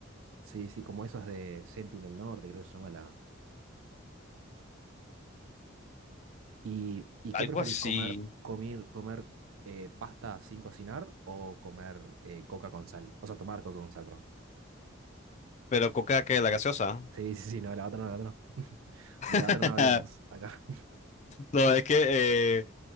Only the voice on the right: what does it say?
Sí, sí, como esas de Sentinel Norte, creo que se llama la. ¿Y, y
qué preferís
comer? ¿Comer, comer eh, pasta sin cocinar o comer eh, coca con sal? O sea, tomar coca con sal, perdón.
Sí, sí, sí, no, la otra no, la otra no. De la
otra no hablemos, acá.